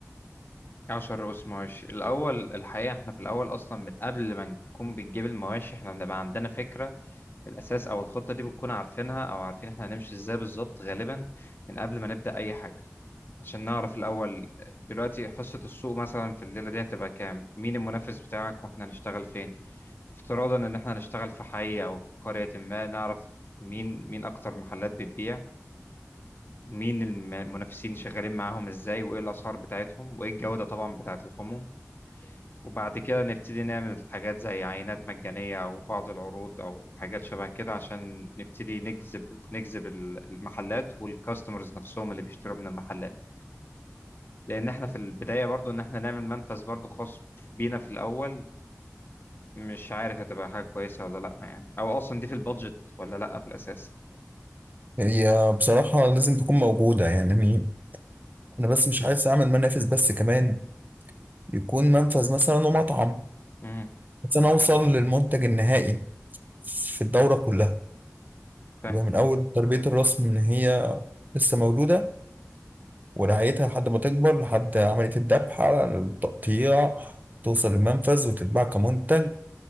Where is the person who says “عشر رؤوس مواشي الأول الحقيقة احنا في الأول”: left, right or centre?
Left